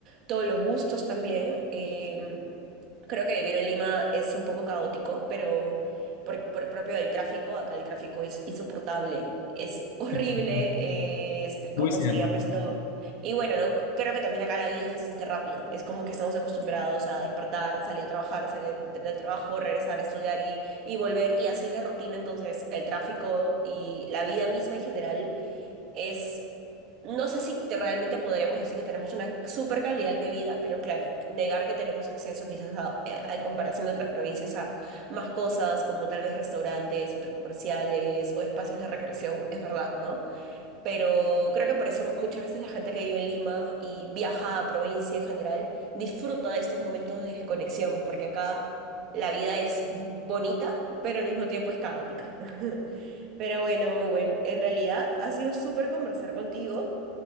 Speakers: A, on the right; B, on the left.
A: todos los gustos también. Em, Creo que vivir en Lima es un poco caótico, pero por, por propio del tráfico. Acá el tráfico es insoportable, es horrible,
B: <laughs>
A: eh, este,
B: Muy
A: ¿cómo
B: cierto.
A: se llama esto? Y bueno, ¿no? Creo que también acá la vida es bastante rápida. Es como que estamos acostumbrados a despertar, salir a trabajar, salir de- del trabajo, regresar a estudiar y, y volver. Y así es la rutina. Entonces, el tráfico y la vida misma en general es, no sé si te- realmente podríamos decir que tenemos una super calidad de vida, pero claro, negar que tenemos acceso quizás a- eh, en comparación de otras provincias a más cosas como tal vez restaurantes, centros comerciales o espacios de recreación, es verdad, ¿no? Pero creo que por eso muchas veces la gente que vive en Lima y viaja a provincia en general disfruta de estos momentos de desconexión, porque acá la vida es bonita, pero al mismo tiempo es caótica. <laughs> Pero bueno, Owen, en realidad ha sido súper conversar contigo.